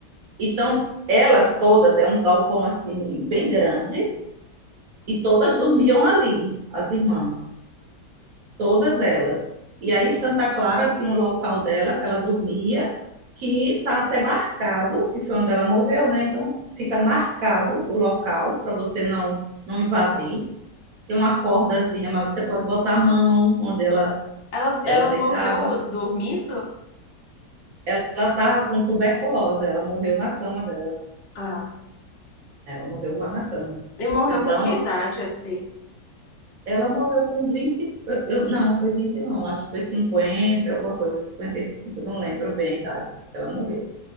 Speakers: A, on the right (about 60°); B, on the left (about 45°).
A: Então, elas todas, é um galpão assim, bem grande. E todas dormiam ali, as irmãs. todas elas. E aí Santa Clara tinha um local dela que ela dormia, que está até marcado, que foi onde ela morreu, né? Então fica marcado o local para você não não invadir. Tem uma cordazinha, mas você pode botar a mão onde ela
B: Ela,
A: ela
B: ela
A: deitava.
B: morreu dormindo?
A: Ela estava com tuberculose, ela morreu na cama dela.
B: Ah.
A: Ela morreu lá na cama.
B: E morreu
A: Então,
B: com que idade, assim?
A: ela morreu com 20 eu- não, foi 20 não, acho que foi 50 alguma coisa, cinquenta e cinco não lembro bem a idade que ela morreu.